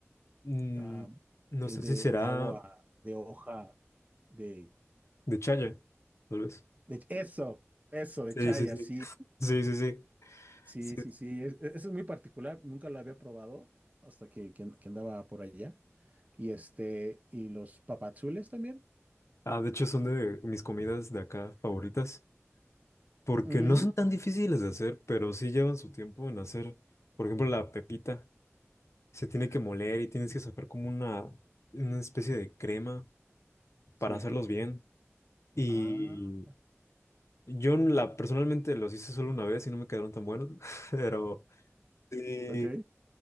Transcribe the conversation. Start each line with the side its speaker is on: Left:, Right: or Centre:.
Left: Mm,
Right: Ah,
Left: no
Right: es
Left: sé
Right: de,
Left: si será
Right: de agua, de hoja, de,
Left: de chaya, tal vez.
Right: de... Eso, eso, de
Left: Sí,
Right: chaya,
Left: sí, sí.
Right: sí,
Left: <laughs> Sí, sí, sí.
Right: sí,
Left: Sí.
Right: sí, sí. es- es- eso es muy particular, nunca lo había probado hasta que, que, que andaba por allá. Y este, y los papazules también.
Left: Ah, de hecho, son de mis comidas de acá favoritas porque
Right: Ujú,
Left: no son tan difíciles de hacer, pero sí llevan su tiempo en hacer. Por ejemplo, la pepita. se tiene que moler y tienes que sacar como una, una especie de crema para
Right: Sí.
Left: hacerlos bien. Y
Right: Ah,
Left: yo la, personalmente los hice solo una vez y no me quedaron tan buenos, <laughs> pero sí,
Right: ok.